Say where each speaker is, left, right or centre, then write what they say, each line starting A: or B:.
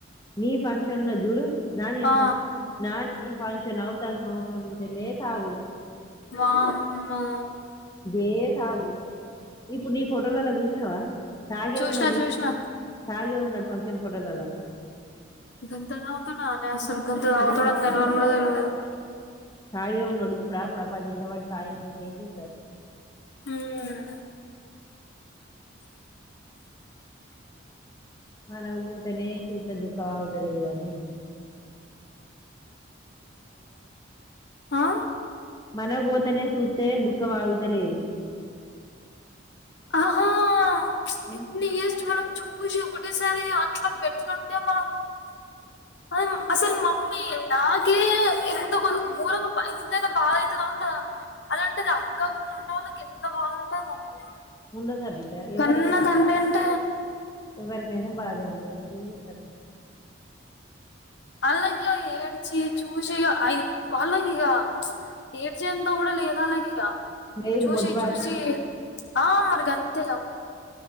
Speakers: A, on the left; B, on the left.
A: మీ ఫంక్షన్న్న చూడు నాది ఏం
B: ఆ
A: ఫ నాది ఏం ఫంక్షన్ నవతాలు సంవత్సం నుంచి లేట్ తాడు
B: వామ్ ఆ
A: ఇే సాగు ఇప్పుడు నీ ఫోటోలలా చూసినావా తాగే
B: చూసిన
A: ఉండోండి
B: చూసిన
A: తాగే ఉ ఫంక్షన్ ఫోటోలలో
B: గంధ ధావతోడా అసలు గంధ తాగుతున్నాడు
A: ఉమ్,
B: తెలవని కూడా తెలియదు <inaudible>
A: తాగే ఉన్నోడుడిప్పుడాప్పు పది వాటి తయన కేీ సార్
B: ఉమ్
A: మన ఊ తనే చూత దుఃఖ అవుతది ఇంగ అ
B: ఆ
A: మనబోతనే చూస్తే దుఃఖ ఆగుతలేదు
B: ఆహా
A: ఆ
B: ఇన్ని ఇయర్స్ మనం చూసి ఒకటేసారి అట్లా బేడ్లు ఉంటే మనం అ అసలు మమ్మీ నాకి ఇంత ము ఊరికి బ ఇందేనా బా ఇయితుద ఉం అలాంటేది అక్కకు వాళ్ళకి ఎంత బాధ ఉంటుందండి
A: ఉండదా బిడ్డ ఎవరికై
B: కన్నా తండభే అంట
A: ఎవరికైనా బాధే ఉంటది మరి ఏం చేస్తాం ఇంక
B: అలాగే ఏడ్చి చూసి అ అలాగ ఇగ ఏడ్చే అంత కూడా లేదు వాళ్ళగి ఇగ
A: లేదు
B: చూసి
A: మొద్దుబారి
B: చూసి ఆ మరి గంతే గద